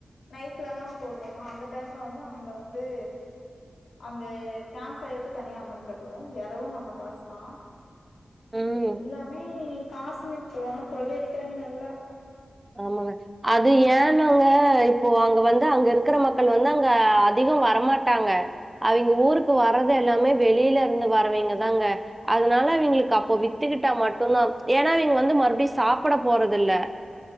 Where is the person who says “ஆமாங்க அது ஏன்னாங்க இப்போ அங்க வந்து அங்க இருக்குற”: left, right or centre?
Right